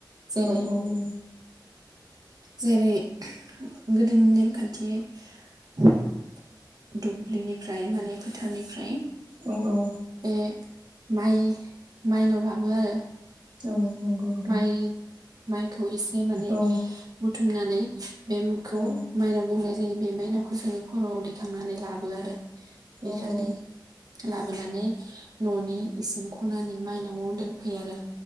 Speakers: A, on the right; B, on the right.
A: जेरै
B: औ औ औ।
A: जेरै गोदोनि नेमखान्थियै आरो दुब्लिनिफ्राय माने फोथारनिफ्राय
B: औ औ।
A: बे माइ माइनाव लाबो आरो।
B: औ। नंगौ नोंथां
A: माइ माइखौ एसे माने
B: औ
A: बुथुमनानै बेखौ
B: औ
A: माइनाव बुंनाय जायो। बे माइनावखौ जोङो खर'आव दैखांनानै लाबो आरो। बे
B: औ
A: खालि
B: औ।
A: लाबोनानै ननि इसिं खनानि माइनावआव दोनफैयो आरो।